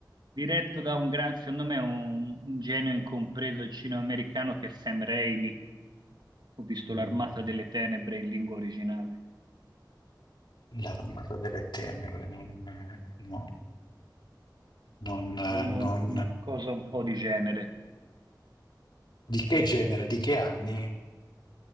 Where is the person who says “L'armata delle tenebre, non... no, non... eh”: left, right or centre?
Left